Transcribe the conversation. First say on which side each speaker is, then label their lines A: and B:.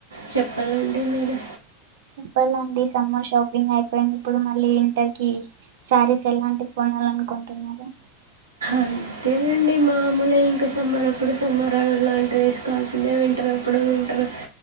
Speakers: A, on the right (about 90°); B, on the right (about 65°).
A: చెప్పాలండి మీరు
B: చెప్పాలండి సమ్మర్ షాపింగ్ అయిపోయింది. ఇప్పుడు మళ్ళీ ఇంటకి శారీస్ ఎలాంటివి కొనాల అనుకుంటున్నారు?
A: అంతేనండి మామూలు ఇంకా సమ్మారప్పుడు సమ్మరాళ్ లాంటి వేసుకోవాల్సిందే వింటా అప్పుడు ఇంటరు